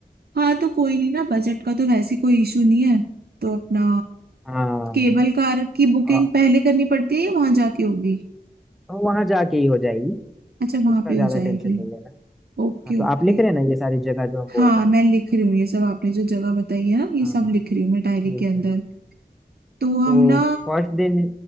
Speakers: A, on the right (about 70°); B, in the centre.
A: हाँ तो कोई नहीं ना बजट का तो वैसे कोई इशू नहीं है तो अपना
B: हाँ
A: केबल कार की बुकिंग
B: आ,
A: पहले करनी पड़ती है या वहां जाके होगी
B: तो वहां जाके ही हो जाएगी
A: अच्छा वहां
B: उसका
A: पे
B: ज्यादा
A: हो जाएगी
B: टेंशन नहीं लेना
A: Okay
B: हाँ तो
A: okay
B: आप लिख रहे हैं ना ये सारी जगह जो हम
A: हाँ
B: बोल रहे हैं
A: मैं लिख रही हूँ ये सब आपने जो जगह बताई है ना ये
B: हाँ
A: सब लिख रही हूँ मैं डायरी
B: ठीक
A: के अंदर
B: है
A: तो हम
B: तो
A: ना
B: फर्स्ट दिन